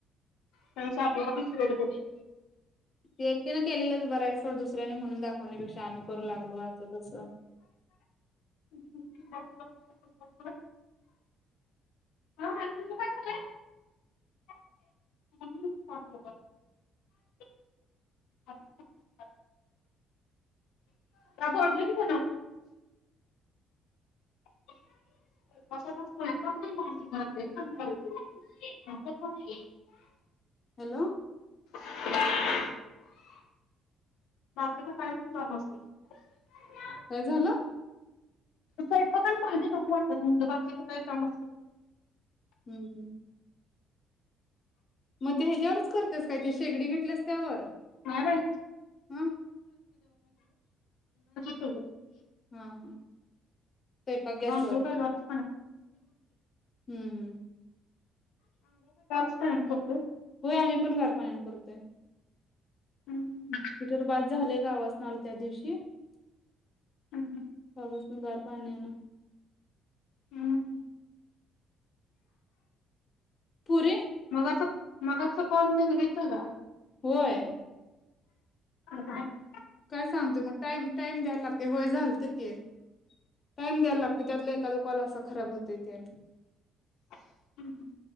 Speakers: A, on the left; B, on the left.
A: त्यापेक्षा आपल आपन केलेलं बरं
B: ते एकटींनच केलेलचं बर आहे सोड दुसऱ्यांनी म्हणून दाखवण्यापेक्षा की आम्ही करु लागलो असं तस
A: <unintelligible> <unintelligible> <unintelligible> <unintelligible>
B: हॅलो
A: <inaudible> <unintelligible>
B: काय झालं
A: ते स्वयंपाक आण भांडी नको वाटत घासायला दुसर काय काम
B: हम्म हम्म मग ते ह्याच्यावरच करतेस काय ते शेगडी घेतलेस त्यावर
A: नाय बाई
B: हं
A: <unintelligible> <unintelligible>
B: हा हा स्वयंपाक
A: <unintelligible>
B: गॅसवर
A: अंघोळ काय गारच
B: हम्म हम्म
A: पाण्याने करतोय
B: होय आम्ही पण गार पाण्यानं करतोय
A: हम्म.
B: हिटर बाद झाले गाव असणार त्या दिवशी <unintelligible>
A: हम्म.
B: गार पाण्यानं
A: आम्
B: पुरे
A: मगाच मगाच कॉल <unintelligible>
B: होय.
A: ह <unintelligible>
B: काय सांगते मग टाईम टाइम द्यायला लागते होय झालत की टाइम द्यायला लागते त्यातला एखद कॉल असा खराब होतो त्यानं
A: हम्म हम्म